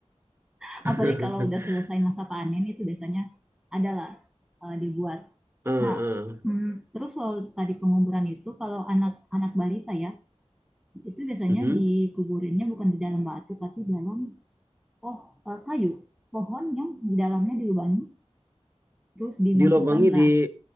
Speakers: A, in the centre; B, on the right (about 20°).
A: <laughs> Apalagi
B: <laughs>
A: kalau udah selesai masa panen itu biasanya adalah eh, dibuat.
B: Eh, eh.
A: Nah, mm, terus soal tadi penguburan itu kalau anak-anak balita ya, itu biasanya
B: Mhm.
A: dikuburinnya bukan di dalam batu tapi dalam oh eh, kayu, pohon yang di dalamnya dilubangi terus dimasukkanlah
B: dilobangi di